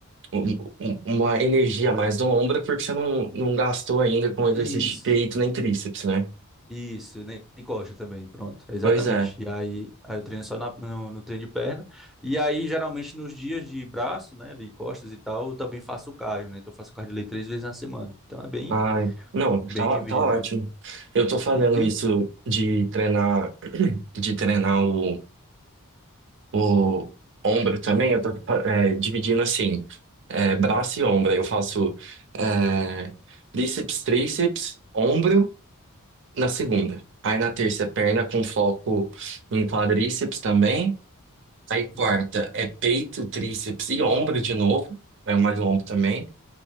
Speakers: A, on the right; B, in the centre.
A: um- um- uma energia a mais no ombro porque você não, não gastou ainda com exercício
B: Isso.
A: de peito nem tríceps, né?
B: Isso, nem nem coxa também, pronto, exatamente.
A: Pois é.
B: E aí, aí eu treino só na- no, no treino de perna. E aí, geralmente, nos dias de braço, né, de costas e tal, eu também faço cardio, né? Então, eu faço cardio ali três vezes na semana. Então, é bem,
A: Ai, não,
B: bem
A: tá,
B: dividido
A: tá ótimo.
B: ali.
A: Eu tô fazendo
B: E, e
A: isso
B: o-
A: de treinar, de treinar o, o ombro também. Eu tô é, dividindo assim, é, braço e ombro. Eu faço é, bíceps, tríceps, ombro na segunda. Aí na terça é perna com foco em quadríceps também. Aí quarta
B: Uhum.
A: é peito, tríceps e ombro de novo. É mais ombro também.